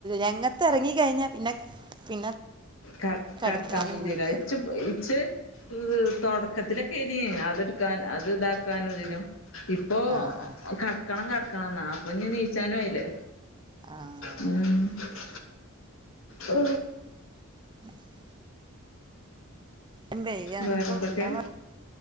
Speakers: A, on the right; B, on the left.
A: രംഗത്ത് എറങ്ങി കഴിഞ്ഞാ പിന്നെ പിന്നെ.
B: കട
A: കെടക്കാനും
B: കടക്കാം പൂതിയാകാരം
A: പൂതിയാവും
B: ഇച്ച്പ് ഇച്ച് തുടക്കത്തിലൊക്കെ ഏനി അതെടുക്കാൻ അത് ഇതാക്കാനും ഇതിനോ. ഇപ്പൊ
A: ആഹ് ആഹ്
B: കടക്കണം കടക്കണം ന്നാ അപ്പൊ ഞ്ഞി നീച്ചാനും ആയില്ലേ.
A: ആഹ്.
B: ഉം. ഓ.
A: <inaudible> യ് ബയ്യ ഇഞ്ഞിപ്പം
B: വേറെന്തൊക്കെ
A: കുട്ടിയേള